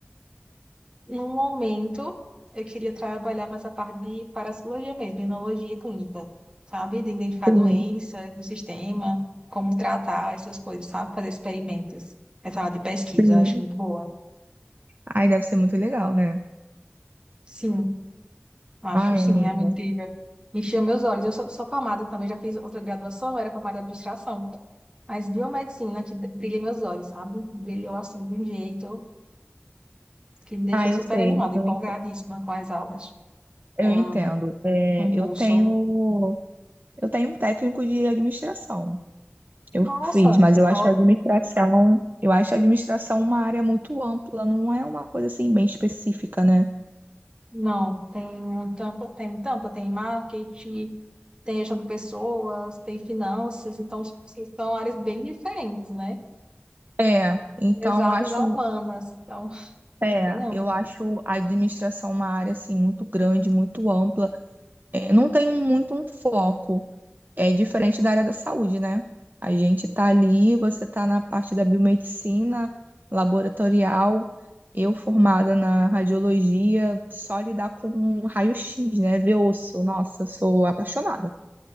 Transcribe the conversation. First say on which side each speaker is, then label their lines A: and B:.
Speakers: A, on the right; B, on the right.
A: no momento, eu queria trabalhar com essa parte de parasitologia mesmo, imunologia clínica, sabe? De identificar
B: Sim,
A: doença no sistema, como tratar essas coisas, sabe? Fazer experimentos. Essa área de pesquisa,
B: sim.
A: eu acho muito boa.
B: Ai, deve ser muito legal, né?
A: Sim. Acho
B: Ai,
A: sim,
B: amigo.
A: é muito incrível. Encheu meus olhos. Eu sou, sou formada também, já fiz outra graduação, era formada em administração. Mas biomedicina que d- brilha meus olhos, sabe? Brilhou assim de um jeito que me deixou
B: Ah, eu
A: super
B: sei,
A: animada,
B: eu
A: empolgadíssima
B: entendo.
A: com as aulas,
B: Eu
A: com
B: entendo. É,
A: com o
B: eu
A: curso.
B: tenho, eu tenho um técnico de administração. Eu
A: Nossa,
B: fiz, mas
A: que
B: eu
A: top!
B: acho a administração, eu acho a administração uma área muito ampla, não é uma coisa assim bem específica, né?
A: Não, tem um tanto, tem tanto, tem marketing, tem gestão de pessoas, tem finanças, então assim, são áreas bem diferentes, né?
B: É. É, então
A: Exatas
B: eu acho.
A: a humanas, então
B: É,
A: é bem amplo.
B: eu acho a administração uma área assim muito grande, muito ampla. É, não tem um- muito um foco. É diferente da área da saúde, né? A gente tá ali, você tá na parte da biomedicina, laboratorial, eu formada na radiologia, só lidar com um raio-x, né? Ver osso. Nossa, eu sou apaixonada.